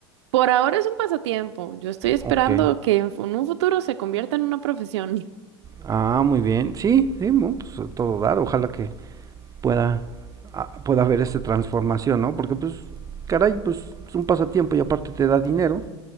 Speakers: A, on the right; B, on the right.
A: Por ahora es un pasatiempo. Yo estoy esperando
B: Ok.
A: que en fu- en un futuro se convierta en una profesión. <laughs>
B: Ah, muy bien. Sí, sí, bueno, pues a todo dar. Ojalá que pueda, ah, pueda haber esta transformación, ¿no? Porque, pues, caray, pues es un pasatiempo y aparte te da dinero.